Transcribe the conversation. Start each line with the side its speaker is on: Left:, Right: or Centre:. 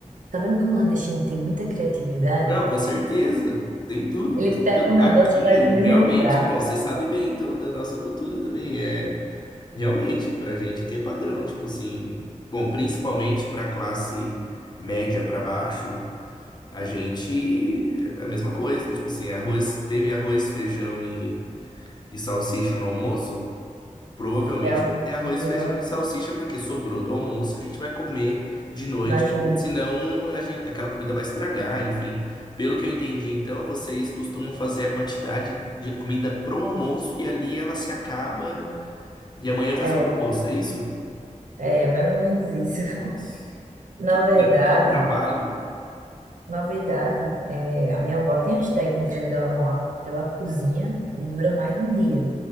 Right: Tá vendo que o nordestino tem muita criatividade?
Left: Não, com certeza, sem dúvida,
Right: Ele
Left: sem
Right: pega
Left: dúvida.
Right: um negócio
Left: Aqui,
Right: e faz
Left: realmente,
Right: mil e um prato.
Left: bom, você sabe bem, então, da nossa cultura também. É. Realmente, pra gente aqui é padrão, tipo assim, bom, principalmente pra classe média pra baixo, a gente é a mesma coisa, tipo assim, arroz, teve arroz, feijão e, e salsicha no almoço, provavelmente
Right: É o
Left: vai
Right: feijão,
Left: ter arroz, feijão e salsicha porque sobrou do almoço, a gente vai comer de noite,
Right: na janta.
Left: porque senão a gente, aquela comida vai estragar, enfim. Pelo que eu entendi, então, vocês costumam fazer a quantidade de comida pro almoço e ali ela se acaba e amanhã faz
Right: É,
Left: outro almoço, é isso?
Right: é mais ou menos isso. <laughs>
Left: Nossa,
Right: Na
Left: que,
Right: verdade,
Left: tra- que trabalho.
Right: na verdade, é, a minha avó tem as técnicas dela lá. Ela cozinha e dura mais de um dia,